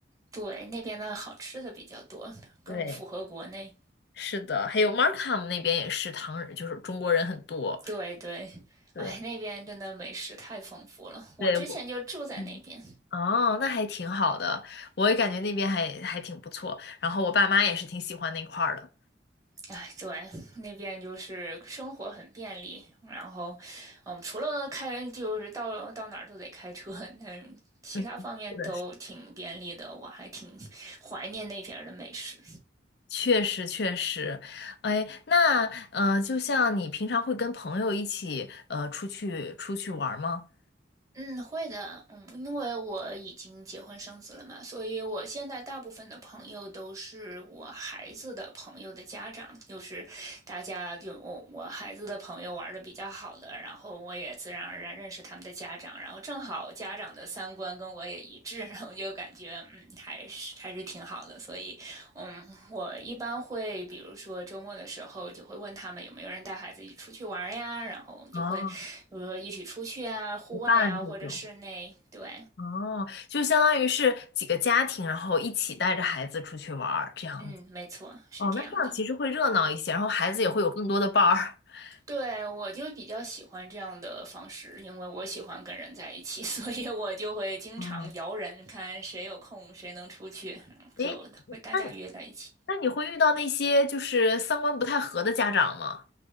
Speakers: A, on the right (about 20°); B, on the left (about 60°).
A: 对，那边的好吃的比较多，更符合国内。
B: 对，是的，还有 Markham 那边也是唐人，就是中国人很多。
A: 对对，
B: 对，
A: 哎，那边真的美食太丰富了。我之前就住在那边，
B: 对，我。嗯哦，那还挺好的，我也感觉那边还还挺不错。然后我爸妈也是挺喜欢那块儿的。
A: 哎，对，那边就是生活很便利。然后，嗯，除了开，就是到到哪儿都得开车，嗯，其他方面都挺便利的。
B: 嗯，是的是的
A: 我还挺怀念那边儿的美食。
B: 确实确实，哎，那呃，就像你平常会跟朋友一起呃出去出去玩儿吗？
A: 嗯，会的，嗯，因为我已经结婚生子了嘛，所以我现在大部分的朋友都是我孩子的朋友的家长，就是大家就我我孩子的朋友玩的比较好的，然后我也自然而然认识他们的家长，然后正好家长的三观跟我也一致，然后就感觉嗯还是还是挺好的，所以嗯，我一般会，比如说周末的时候，就会问他们有没有人带孩子一起出去玩呀，然后我们就会，
B: 哦，
A: 比如说一起出去啊，户外呀，
B: 陪伴这种。
A: 或者室内。对，
B: 哦，就相当于是几个家庭，然后一起带着孩子出去玩儿这样子。
A: 嗯，没错，是这样的。
B: 哦，那这样其实会热闹一些，然后孩子也会有更多的伴儿。<laughs>
A: 对，我就比较喜欢这样的方式，因为我喜欢跟人在一起，<laughs> 所以我就会经常摇人，
B: 哦，
A: 看谁有空，谁能出去，嗯就会大家约在一起。
B: 哎，那你那你会遇到那些就是三观不太合的家长吗？